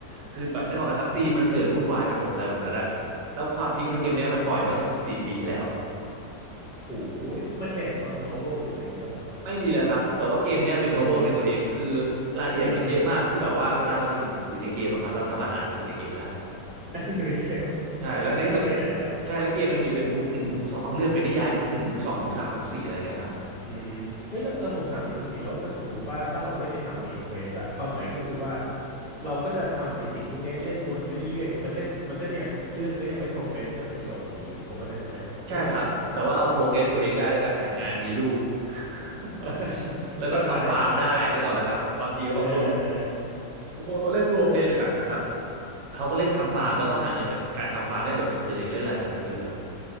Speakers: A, on the right (about 75°); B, on the left (about 20°).
A: คือแบบนึกออกไหมครับตีมมันเกิดวุ่นวายไปหมดอะไรแบบนั้นแหละ แล้วความพีคคือเกมเนี้ยมันปล่อยเมื่อ14ปีที่แล้ว
B: เออโหยมัน based on novel หรืออะไรอย่างงี้ป่ะครับ
A: ไม่มีเลยครับแต่ว่าเกมเนี้ยเป็นโนเบิลในตัวเองคือ
B: อืม
A: รายละเอียดมันเยอะมากที่แบบว่าเวลาเราไปหยิบหนังสือในเกมอะครับเราสามารถอ่านหนังสือในเกมได้อะ
B: อืม <laughs> ตั้งอยู่ในเกม
A: ใช่แล้วในแล้วเกมใช่แล้วเกมมันมีเป็นบุ๊กหนึ่งบุ๊กสองบางเรื่องเป็นนิยายบุ๊กหนึ่งบุ๊กสองบุ๊กสามบุ๊กสี่อะไรเงี้ยครับ
B: <laughs> ไม่ต้องไปไหนแล้ว อืมเฮ้ยแล้วเออผมถามนิดนึงดิแล้วถ้าสมมติว่าถ้าเราไม่ไปทำเมนเควสอะความหมายก็คือว่าเราก็จะทำไอ้สิ่งพวกเนี้ยเล่นวนไปเรื่อยๆมันก็มันก็จะยังเรื่องมันก็ยังไม่โปรเกรสจนไปจบอย่างนี้ผมเข้าใจถูกไหมก็จะเป็นอย่างนั้นปะ
A: ใช่ครับแต่ว่าเราโปรเกรสตัวเองได้ด้วยการแต่งงานมีลูก <laughs>
B: <laughs>
A: แล้วก็ทำฟาร์มได้นึกออกไหมครับบางทีก็บางคน
B: เข้าใจเออเออ
A: บางคนเขาเล่นโรลเพลย์หนักๆนะครับเขาก็เล่นทำฟาร์มแล้วก็หาเงินจากการทำฟาร์มเล่นแบบสุจริตเล่นอะไรแบบนี้ไปเลยอะครับ
B: อืม